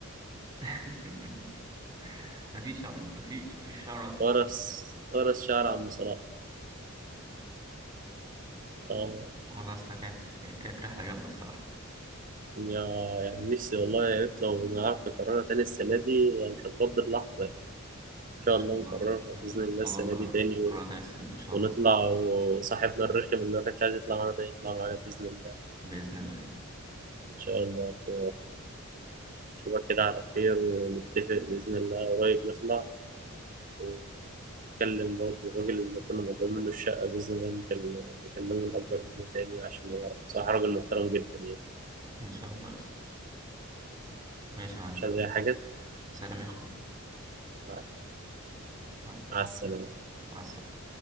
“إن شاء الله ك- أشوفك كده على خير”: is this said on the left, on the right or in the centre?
Right